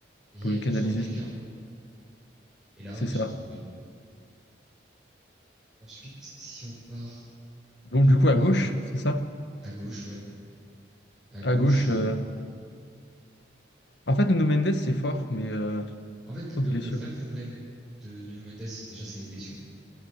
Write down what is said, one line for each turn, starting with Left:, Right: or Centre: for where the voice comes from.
Centre: Et il
Left: pour
Centre: avait
Left: le canaliser.
Centre: besoin de quelqu'un
Left: C'est
Centre: Et là,
Left: c'est
Centre: ils
Left: ça.
Centre: ont trouvé. Ensuite, si on part
Left: Donc,
Centre: de
Left: du
Centre: l'autre
Left: coup, à
Centre: côté,
Left: gauche, c'est ça?
Centre: à gauche, ouais, à gauche.
Left: À gauche.
Centre: euh,
Left: euh, En fait, Nuno Mendes, c'est fort, mais euh,
Centre: En fait,
Left: trop
Centre: le,
Left: de blessures.
Centre: le vrai problème de Nuno Mendes, déjà, c'est les blessures,